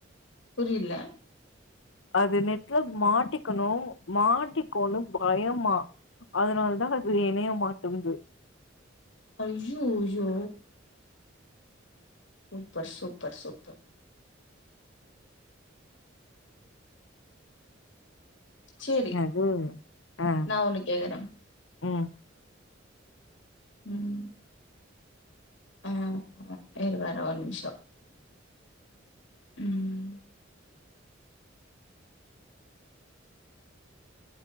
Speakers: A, on the left; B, on the left.
A: புரியல
B: அது நெட்ல மாட்டிக்கனு மாட்டிக்கோனு பயமா அதனால தா அது எணைய மாட்டுன்து
A: ஐய்யய்யோ சூப்பர் சூப்பர் சூப்பர் சேரி
B: அது ஆ
A: நா ஒன்னு கேக்குறே.
B: ம்
A: ம் ஆ இரு வரே ஒரு நிமிஷோ ம்